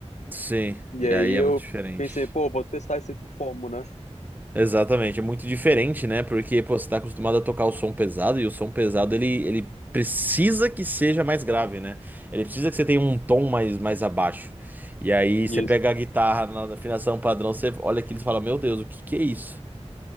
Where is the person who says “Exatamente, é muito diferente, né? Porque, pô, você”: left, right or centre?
Right